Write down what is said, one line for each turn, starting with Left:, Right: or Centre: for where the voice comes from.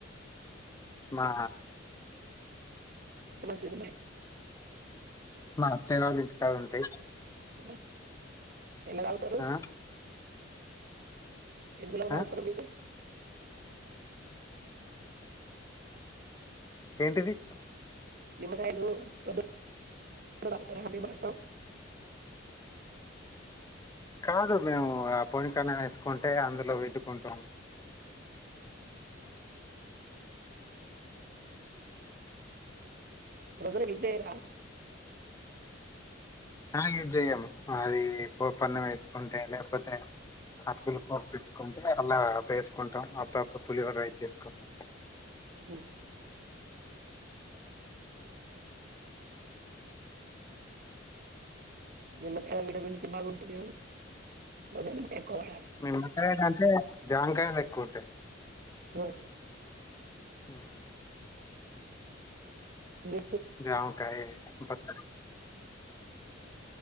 Left: మా
Right: చిన్న తుదిమే
Left: మా అత్తయ్య వాళ్ళ ఇంటికాడ ఉంటే
Right: తేల్వద్ ఎల్లా తాగుతారు
Left: ఆ
Right: ఎందులో తాగుతారు
Left: ఆ
Right: మీరు
Left: ఏంటిది
Right: నిమ్మకాయలు ప్రొద్దున తాగుతారా నిమ్మరసం
Left: కాదు మేము ఆ పొనీ కన్నా వేసుకుంటే అందులో పిండుకుంటాం
Right: ప్రొద్దున కి యూస్ చేయరా
Left: ఆ యూజ్ చెయ్యము అది పప్పు అన్నం వేసుకుంటే లేకపోతే అప్పీలు పప్పు వేసుకుంటే అలా వేసుకుంటాం అప్పుడప్పుడు పులిహోర రైస్ చేసుకుంటాం
Right: ఉమ్ నిమ్మకాయ లో విటమిన్స్ సి బాగుంటుంది కదా <unintelligible> ఎక్కువ వాడాలి
Left: నిమ్మకాయలంటే జామకాయలు ఎక్కువ ఉంటాయి.
Right: ఆ
Left: ఉమ్
Right: మీ
Left: జామకాయే బత్